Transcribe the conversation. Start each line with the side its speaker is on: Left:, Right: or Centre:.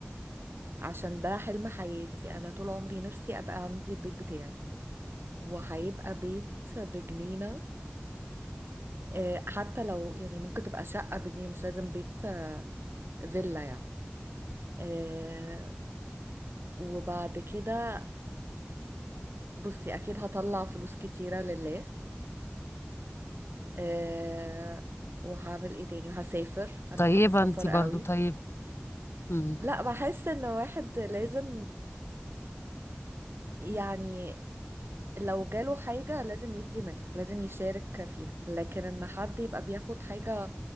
Right: عشان ده حلم حياتي انا طول عمري نفسي ابقى عندي البيت بتاعي وهيبقى بيت بجنينة آه، حتى لو يعني ممكن تبقى شقة بجنيه مش لازم بيت آه، فيلا يعني آه، وبعد كده بصي اكيد هطلع فلوس كتيرة لله أه وهعمل ايه تاني وهسافر انا
Left: طيبة
Right: بحب السفر
Left: انتي
Right: قوي
Left: برضو طيب مم.
Right: لا بحس ان واحد لازم يعني لو جاله حاجة لازم يدي منها لازم يشارك فيها لكن ان حد يبقى بياخد حاجة